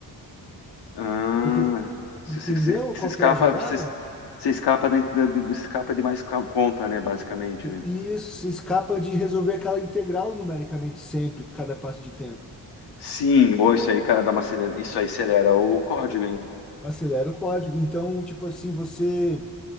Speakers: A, on the left; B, in the centre.
A: Ah,
B: Porque,
A: se
B: entendeu
A: você- você- você
B: qual
A: escapa,
B: que é a jogada?
A: você, se escapa, da, da- do- escapa de mais ca- conta, né? Basicamente, né?
B: E isso se escapa de resolver aquela integral numericamente sempre, cada passo de tempo.
A: Sim, boa, isso aí, cara, dá uma acelera. Isso aí acelera o código, hein?
B: Acelera o código. Então, tipo assim, você.